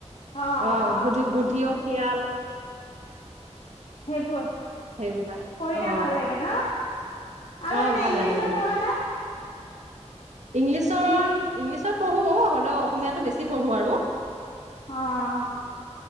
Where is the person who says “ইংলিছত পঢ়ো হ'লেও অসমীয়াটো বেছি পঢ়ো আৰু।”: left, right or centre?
Right